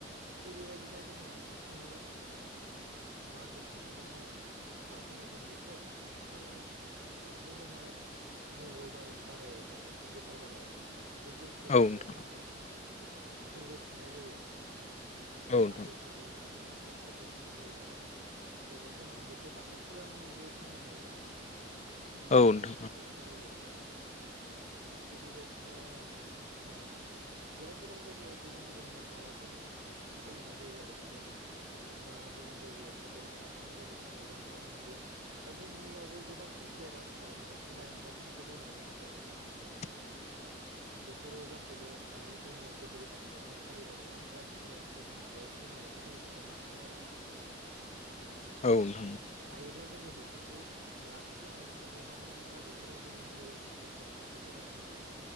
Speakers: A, on the right (about 65°); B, on the left (about 35°).
A: थिग बेबायदिनो जोंहा ओ मागो समावनोहाय मा बुंगोन जों बेखौ ओ मोनसे जोंहा मंगलबार बाराय दं मोनसे गोथार बाराय बे गोथार
B: औ
A: गारायाव
B: नोंथां
A: जोंहा फोरबो खुंनाय जायो ।
B: औ नोंथां
A: मागो फोरबो होननानै मोनसे फोरबो खुंनाय जायो आरो । जेरैहाय जों बेखौ बाथौ फुजा मुङैबो बुंनो हायो नामा । बिदिबो
B: औ नोंथां
A: रखम खालामनाय जायो आरो । औ थिग बेबायदिनो ओ गोबां गोबां जाय गायाव गुबुन गुबुन माबाजों फालिनाय जायो आरो माने अबबा गुबुन जायगायावहाय बेलागुर सावनाय बायदिसिनाखौ जों नुनो मोनलिया । जोंनियावबो गोबां खमसै आरो आथिखालावहाय खमायलांबाय थानायखौ जों नुनो मोनगासिनो ।
B: <inaudible>
A: बेफोरो गासैबो माने जोङो गोदोनिफायनो फालिबोनाया लासै खमनि सायाव खमायनायखौ जोङो नुलांगासिनो आरो आथिखालाव
B: औ नोंथां औ नोंथां औ नोंथां
A: हायोब्ला जोङो बिफोरखौ लाखि लांबाय थानांगौ मानो होनोब्ला बिफोरो जोंनि इयुननि सम्पद होननानै जोङो बुंनो हायो